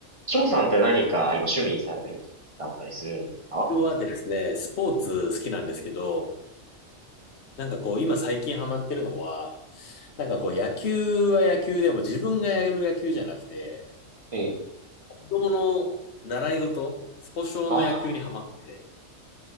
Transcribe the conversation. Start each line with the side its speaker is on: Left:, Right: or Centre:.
Right: 翔さんって何か今趣味にされてることだったりするんですか
Left: 僕はですね、スポーツ好きなんですけど、なんかこう、今最近ハマってるのは、なんかこう、野球は野球でも自分がやる野球じゃなくて、
Right: ええ、
Left: 子供の習い事、スポ少の野球にハマってて、
Right: あ